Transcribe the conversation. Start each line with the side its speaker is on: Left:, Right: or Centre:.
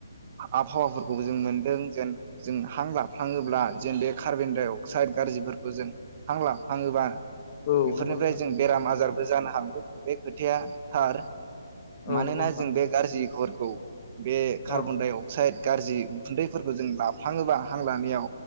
Right: आबहावाफोरखौबो जों मोनदों जेन जों हां लाफ्लाङोब्ला जेन बे कार्बन डाइ अक्साइद गाज्रिफोरखौ जों हां लाफ्लाङोबा
Left: औ
Right: बेफोरनिफ्राय
Left: नंगौ नोंथां
Right: जों बेराम आजार जानो हागौ बे खोथाया थार।
Left: औ
Right: मानोना
Left: नंगौ नोंथां
Right: जों बे गाज्रि‌ खौरां औ बे
Left: औ
Right: कार्बन-डाइ-अक्साइड गारजि उखुन्दैफोरखौ जों लाफ्लाङोबा हां लानायाव